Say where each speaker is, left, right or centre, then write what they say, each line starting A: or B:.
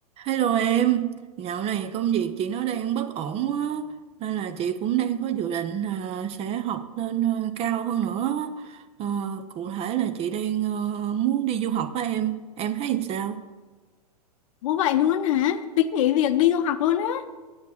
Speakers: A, on the right; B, on the left.
A: Hello em, dạo này công việc chị nó đang bất ổn quá nên là chị cũng đang có dự định là sẽ học lên ờ, cao hơn nữa. Ờ, cụ thể là chị đang ờ, muốn đi du học với em, em thấy làm sao?
B: Ủa vậy luôn hả? Tính nghỉ việc đi du học luôn á.